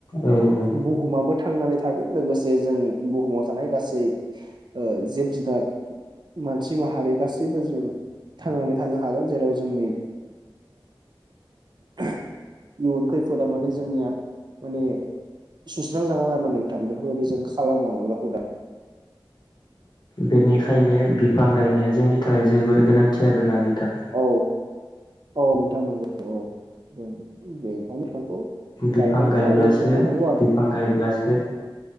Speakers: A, on the left; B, on the right.
A: औ औ।
B: बुहुमाबो थांनानै थागोन लोगोसे जों बुहुमाव थानाय गासै जिब जुनार मानसि माहारि गासैबो जों थांनानै थानो हागोन जेराव जोंनि इयुन खैफोदा माने जोंनिया माने सुस्रांजागोन आरो ना नोंथा बेफोरबायदि जों खालामलाङोब्ला हुदा
A: बेनिखायनो बिफां गायनाया जोंनि थाखाय जोबोर गोनांथि आरोना नोंथां
B: औ औ नोंथां नंगौ औ जों बेहायनो
A: बिफां
B: गायनांगौ
A: गायब्लासो
B: आरो जोथोन लानांगौ आरो
A: बिफां गायब्लासो